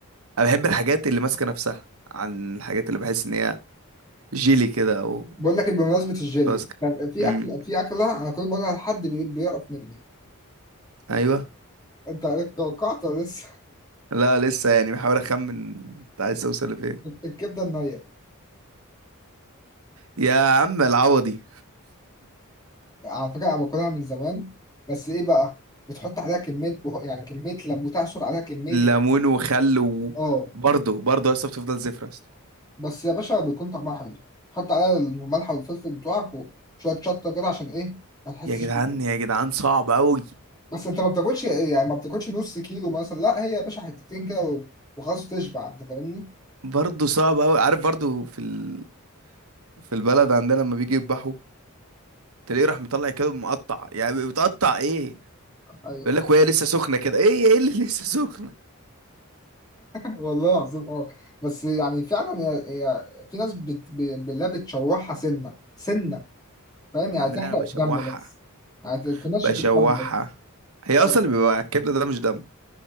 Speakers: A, on the right; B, on the left.
A: انا بحب الحاجات اللي ماسكه نفسها عن الحاجات اللي بحس ان هي جيلي كده او
B: بقول لك إيه، بمناسبة الجيلي
A: مش متماسكه
B: كان في
A: امم
B: أكل في أكلة أنا كل ما أقولها لحد بي- بيقرف مني
A: ايوه
B: أنت توقعت ولا لسه
A: لا لسه يعني بحاول اخمن انت عايز توصل لفين
B: <laughs> الكبدة النية
A: يا عم العوضي
B: على فكرة أنا باكلها من زمان بس إيه بقى بتحط عليها كمية بهو... يعني كمية لم وتعصر عليها كمية
A: <laughs> ليمون وخل و-
B: آه
A: وبرضه برضه يا اسطى بتفضل زفرة يا اسطى
B: بس يا باشا بيكون طعمها حلو حط عليها الملح والفلفل بتوعك وشوية شطة كده عشان إيه ما تحسش
A: يا جدعان
B: بيه
A: يا جدعان صعب قوي
B: بس أنت ما بتاكلش إيه، يعني ما بتاكلش نص كيلو مثلا لا هي يا باشا حتتين كده و- وخلاص تشبع أنت فاهمني؟
A: برضه صعب قوي عارف برضه في ال... في البلد عندنا لما بيجي يذبحوا تلاقيه راح مطلع كده مقطع يعني بتقطع ايه
B: ايوه
A: بيقول لك وهي لسه سخنه كده ايه ايه اللي لسه سخنه
B: والله العظيم اه بس يعني فعلا هي هي في ناس بت... ب- بالله بتشوحها سنه سنه فاهم يعني
A: يا عم
B: تحرق
A: لا انا بشوحها
B: الدم بس يعني ت- تنشف
A: بشوحها
B: الدم بس
A: هي
B: اه
A: اصلا اللي بيبقى على الكبده ده مش دم